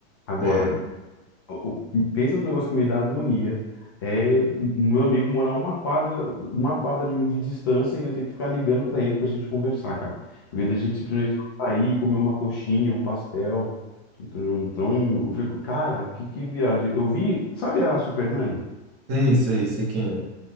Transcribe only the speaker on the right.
É.
Sei, sei, sei quem é.